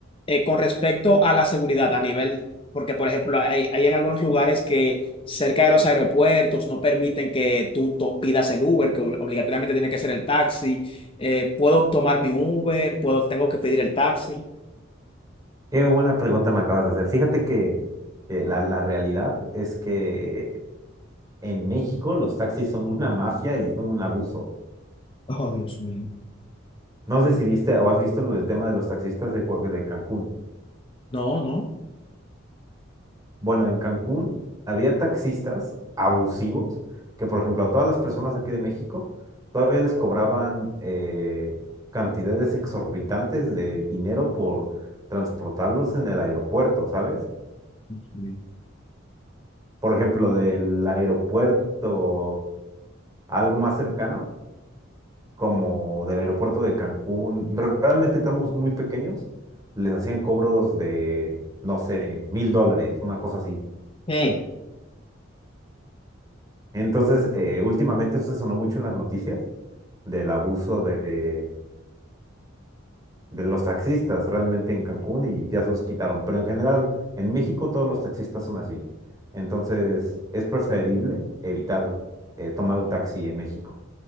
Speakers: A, on the left (about 25°); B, on the right (about 20°).
A: Eh, con respecto a la seguridad a nivel, porque por ejemplo, hay, hay en algunos lugares que cerca de los aeropuertos no permiten que tú to- pidas el Uber, que ob- obligatoriamente tiene que ser el taxi. Eh, ¿puedo tomar mi Uber? ¿Puedo, tengo que pedir el taxi?
B: Qué buena pregunta me acabas de hacer. Fíjate que eh, la, la realidad es que en México los taxis son una mafia y son un abuso.
A: Oh, Dios mío.
B: No sé si viste o has visto lo del tema de los taxistas de, Gua- de Cancún.
A: No, no.
B: Bueno, en Cancún había taxistas abusivos que, por ejemplo, a todas las personas aquí de México todavía les cobraban eh, cantidades exorbitantes de dinero por transportarlos en el aeropuerto, ¿sabes?
A: Dios
B: Por ejemplo, del aeropuerto a algo más cercano, como del aeropuerto de Cancún, re- realmente estamos muy pequeños, les hacían cobros de, no sé, mil dólares, una cosa así
A: mío.
B: Entonces, eh, últimamente eso se sonó mucho en las noticias del abuso de, de los taxistas realmente en Cancún y ya se los quitaron. Pero en general, en México todos los taxistas son así. Entonces, es preferible evitar eh, tomar un taxi en México.